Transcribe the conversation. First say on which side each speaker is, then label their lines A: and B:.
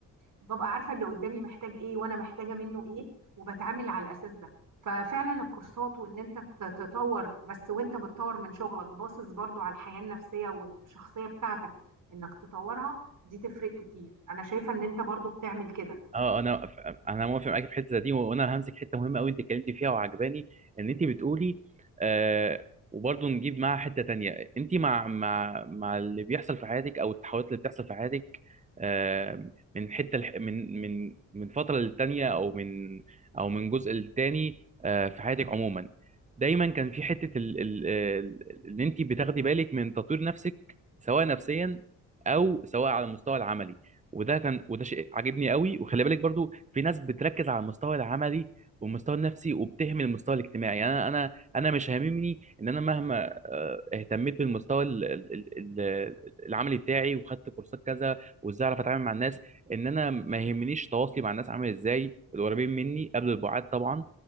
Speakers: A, on the right; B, on the right.
A: ببقى عارفة اللي قدامي محتاج ايه وانا محتاجة منه ايه وبتعامل على الاساس ده ففعلا الكورسات وان انت تت- تطور بس وانت بتطور من شغلك باصص برضو على الحياة النفسية والشخصية بتاعتك انك تطورها دي تفرق كتير انا شايفة ان انت برضو بتعمل كده
B: اه انا ف- انا موافق معاك في الحته دي وانا همسك حته مهمه قوي انت اتكلمتي فيها وعجباني ان انت بتقولي آه وبرضه نجيب معاها حته تانية انت مع مع مع اللي بيحصل في حياتك او التحولات اللي بتحصل في حياتك آه من حته لح- من من من فتره للتانيه او من او من جزء للتاني آه في حياتك عموما دايما كان في حته ال ال ال- ان انت بتاخدي بالك من تطوير نفسك سواء نفسيا او سواء على المستوى العملي وده كان وده شيء عاجبني قوي وخلي بالك برضو في ناس بتركز على المستوى العملي والمستوى النفسي وبتهمل المستوى الاجتماعي يعني انا انا انا مش هاممني ان انا مهما آه، اهتميت بالمستوى ال- ال- ال- ال- العملي بتاعي وخدت كورسات كذا وازاي اعرف اتعامل مع الناس ان انا ما يهمنيش تواصلي مع الناس عامل ازاي القريبين مني قبل البعاد طبعا